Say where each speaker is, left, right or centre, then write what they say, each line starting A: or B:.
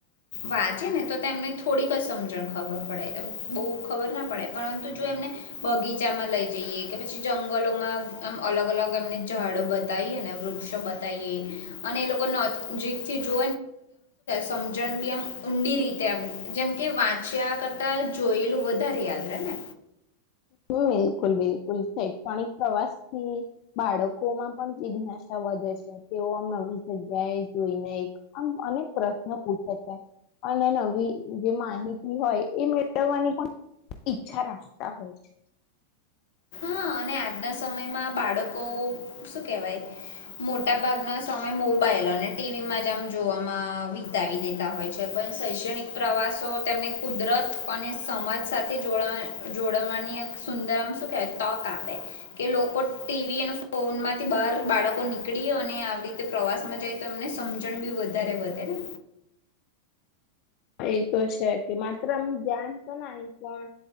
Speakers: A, on the left; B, on the left.
A: વાંચે ને તો તેમને થોડીક જ સમજણ ખબર પડે બહુ ખબર ના પડે પરંતુ જો એમને બગીચામાં લઈ જઈએ કે પછી જંગલોમાં અલગ અલગ એમને ઝાડો બતાવી અને વૃક્ષો બતાવીએ અને એ લોકો નોીક થી જો સમજણ બી એમ ઊંડી રીતેમ જેમ કે વાંચ્યા કરતા જોયેલું વધારે યાદ રે ને
B: બિલકુલ બિલકુલ શૈક્ષણિક પ્રવાસ થી બાળકો માં પણ જિજ્ઞાસ છા વધે છે તેઓ આમ આવીવી જગ્યાએ જોઈને એક આમ અનેક પ્રશ્નો પૂછે છે અને નવી જે માહિતી હોય એ મેળવવાની પણ ઈચ્છા રાખે ત હોય છે
A: હા અને આજના સમયમાં બાળકો શું કેહેવાય મોટા ભાગના સમય મોબાઈલ અને ટીવીમાં જ આમ જોવામાં વિતાવી દેતા હોય છે પણ શૈક્ષણિક પ્રવાસો તેમને કુદરત અને સમાજ સાથે જો જોડવાની સુંદરમ સુું કેચ ક આપે કે લોકો ટીવી અને ફોન માંથી બહાર બાળકો નીકળી અને આવી રીતે પ્રવાસમાં જાય તો એમને સમજણ બી વધારે વધે ને
B: એ તો છે કે માત્ર અ ધ્યાન તો ન પણ